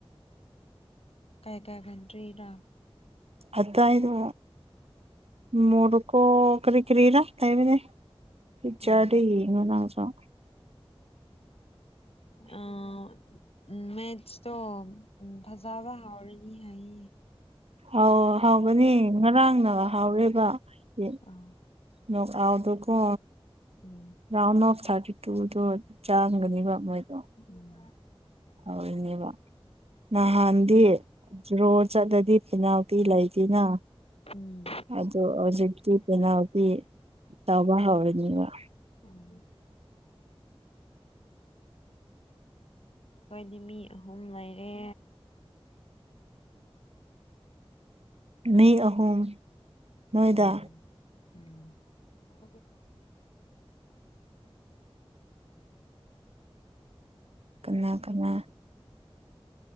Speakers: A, on the left; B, on the right.
A: ꯀꯩ ꯀꯩ ꯀꯟꯇ꯭ꯔꯤ ꯗ
B: ꯑꯗꯥꯏꯗꯣ ꯃꯣꯔꯣꯛꯀꯣ ꯀꯔꯤ ꯀꯔꯤꯔ ꯂꯩꯕꯅꯦ ꯄꯤꯛꯆ꯭ꯔꯗ
A: ꯎꯝ
B: ꯌꯦꯡꯉꯒ
A: ꯑꯥ ꯎꯝ ꯃꯦꯊꯁꯇꯣ ꯎꯝ ꯐꯖꯥꯕ ꯍꯥꯎꯔꯅꯤ ꯍꯥꯏꯌꯦ
B: ꯑꯥꯎ ꯍꯥꯎꯒꯅꯤ ꯉꯔꯥꯡꯅ ꯍꯥꯎꯔꯦꯕ <unintelligible>
A: ꯑꯥ
B: ꯀꯣ
A: ꯎꯝ
B: ꯔꯥꯎꯟ ꯑꯣꯐ ꯊꯥꯔꯇꯤ ꯇꯨꯗꯣ ꯆꯥꯔꯝꯒꯅꯤꯕ ꯃꯣꯏꯗꯣ
A: ꯎꯝ
B: ꯍꯧꯔꯤꯅꯦꯕ ꯅꯍꯥꯟꯗꯤ ꯗ꯭ꯔꯣ ꯆꯠꯂꯗꯤ ꯄꯤꯅꯥꯜ ꯇꯤ ꯂꯩꯥꯇꯅ
A: ꯎꯝ
B: ꯑꯗꯨ ꯍꯧꯖꯤꯛꯇꯤ ꯄꯦꯅꯥꯜꯗꯤ ꯇꯧꯕ ꯍꯧꯔꯅꯦꯕ <inaudible>
A: ꯎꯝ ꯑꯈꯣꯏꯗꯤ ꯃꯤ ꯑꯍꯨꯝ ꯂꯩꯔꯦ
B: ꯃꯤ ꯑꯍꯨꯝ ꯅꯣꯏꯗ
A: ꯎꯝ ꯎꯝ <inaudible>
B: ꯀꯅꯥ ꯀꯅꯥ